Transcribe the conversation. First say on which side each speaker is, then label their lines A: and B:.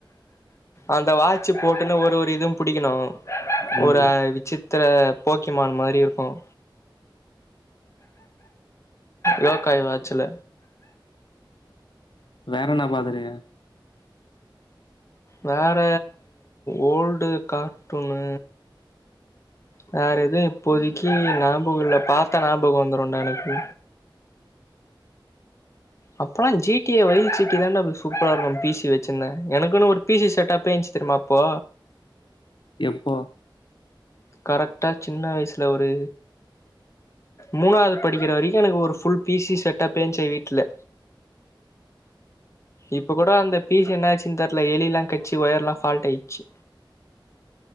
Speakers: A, on the left (about 35°); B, on the left (about 65°).
A: அந்த வாட்சு போட்டுன்னு ஒரு ஒரு இதுவும் புடிக்கணும்
B: ம்
A: ஒரு விஷித்திர போக்கிமான் மாரி இருக்கும் யோக்காய் வாட்ச்ல
B: வேற என்ன பாத்திருக்க
A: வேற ஓல்டு கார்ட்டூன்னு வேற எதும் இப்போதிக்கி ஞாபகம் இல்ல பாத்தா ஞாபகம் வந்துரும் டா எனக்கு அப்பெல்லாம் ஜி டி ஏ <unintelligible> சீட்டி தான் சூப்பரா இருக்கும் பிசி வச்சிருந்தேன் எனக்குன்னு ஒரு பி சி செட்டப்பே இன்சி தெரியமா அப்போ
B: எப்போ
A: கரெக்டா சின்ன வைஸ்ல ஒரு மூணாவது படிக்கிற வரைக்கு எனக்கு ஒரு ஃபுல் பி சி செட்டப்பேஞ்சு வீட்ல இப்ப கூட அந்த பீசி என்னாச்சுன்னு தெர்ல எலிலா கச்சி ஒயர்ல்லா ஃபால்ட் ஆயிச்சி